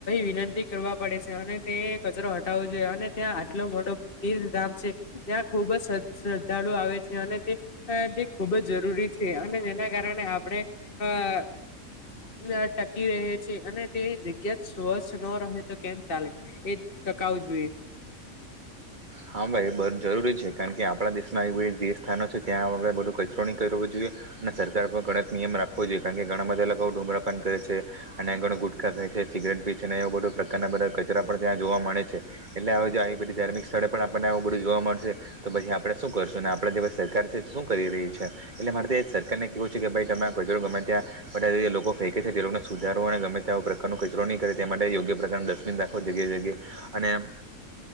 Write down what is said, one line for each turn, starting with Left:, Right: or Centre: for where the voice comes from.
Left: વિનંતી કરવા પડે છે અને તે કચરો હટાવવો જોઈએ અને ત્યાં એટલો મોટો તીર ધામ છે ત્યાં ખુબ જ શ્રદ્ધાળુ આવે છે અને તે તે ખૂબ ખૂબ જ જરૂરી છે અને જેના કારણે આપણે અ ટકી રહે છે અને તે જગ્યા જ સ્વચ્છ નો રહે તો કેમ ચાલે. ટકાવ જોઈએ.
Right: હા ભાઈ બવ જરૂરી છે કારણ કે આપણા દેશના એ બધી તીર્થ સ્થાનો છે ત્યાં આપડણે બધું કચરો ન કરવો જોઈએ. સરકાર પર કડક નિયમ રાખવો જોઈએ કારણ કે ઘણા બધા લોકો ધુમ્રપાન કરે છે અને ઘણ ગુટખા ખાય સિગરેટ બી છે એવા બધ પ્રકારના બધા કચરા પણ ત્યાં જોવા મળે છે એટલે હ આવી બધી ધાર્મિક સ્થળે પણ આપણને આવું બધું જોવા મળશે તો પછી આપણે શું કરશું આપણે જે સરકાર છે શું કરી રહી છે એટ સરકારને કેવું છે કે ભાઈ તમે ગમે‌ ત્યાં બ લોકો ફેકે છે તે લોકોને સુધારો અને ત્યાં પ્રકાર કચરો નહી કરે તે માટે યોગ્ય પ્રકાર ડસ્બિન રાખો જગ્યાએ જગ્યાએ અને આ